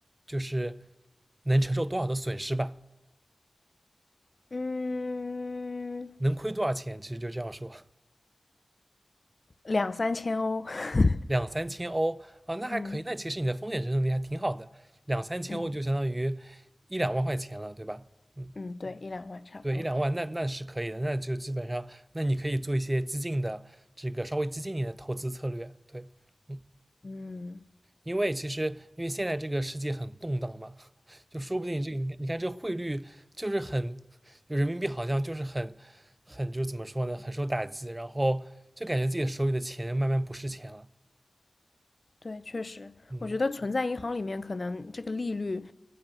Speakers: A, on the right; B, on the left.
A: 就是能承受多少的损失吧？
B: 嗯，
A: 能亏多少钱？其实就这样说。
B: 两三千哦。<laughs>
A: 两三千欧啊，那还可以。
B: 嗯
A: 那其实你的风险承受能力还挺好的，两三千欧就相当于
B: 嗯
A: 一两万块钱了，对吧？嗯，
B: 嗯，对，一两万差不多。
A: 对，一两万，那那是可以的。那就基本上，那你可以做一些激进的这个稍微激进一点的投资策略，对。嗯，
B: 嗯，
A: 因为其实，因为现在这个世界很动荡嘛，就说不定这个你看你看这汇率就是很，就人民币好像就是很很就怎么说呢，很受打击，然后就感觉自己手里的钱慢慢不是钱了，
B: 对，确实，
A: 嗯。
B: 我觉得存在银行里面可能这个利率，